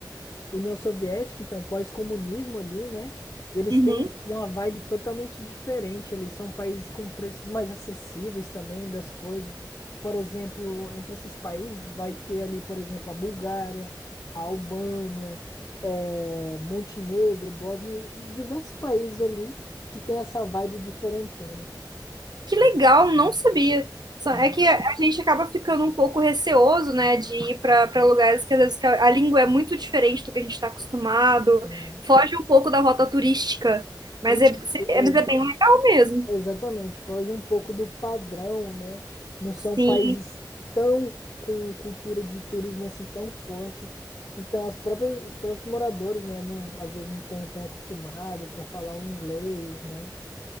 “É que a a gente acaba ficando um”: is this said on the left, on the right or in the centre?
Right